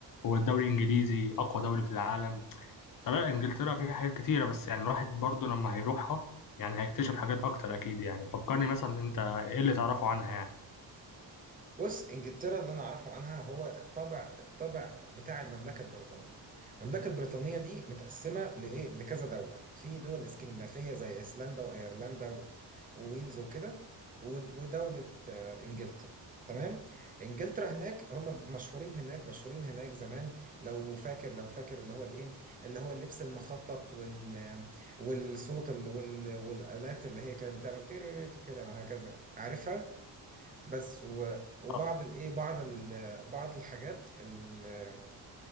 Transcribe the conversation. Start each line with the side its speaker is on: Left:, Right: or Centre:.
Left: هو الدوري الإنجليزي أقوى دوري في العالم فلا إنجلترا فيها حاجات كتيرة بس يعني الواحد برضو لما هيروحها يعني هيكتشف حاجات أكتر أكيد يعني فكرني مثلا أنت إيه اللي تعرفه عنها يعني
Right: بص انجلترا اللي انا اعرفه عنها هو الطبع الطبع بتاع المملكه البريطانيه المملكه البريطانيه دي متقسمه لايه لكذا دوله في دول اسكندنافيه زي ايسلندا وايرلندا و- وويلز وكده ود- ودوله آه، انجلترا تمام انجلترا هناك هم مشهورين هناك مشهورين هناك زمان لو فاكر لو فاكر اللي هو الايه اللي هو اللبس المخطط وال والصوت ال- وال والالات اللي هي كانت بتعمل تيريريتي كده وهكذا عارفها بس و- وبعض
Left: آه
Right: الايه بعض ال- بعض الحاجات ال-